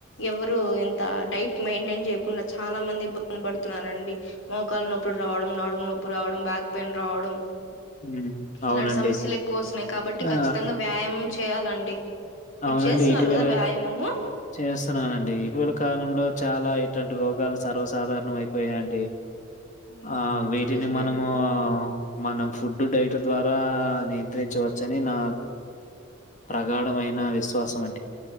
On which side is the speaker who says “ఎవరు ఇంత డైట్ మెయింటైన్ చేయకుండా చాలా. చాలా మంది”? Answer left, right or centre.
Left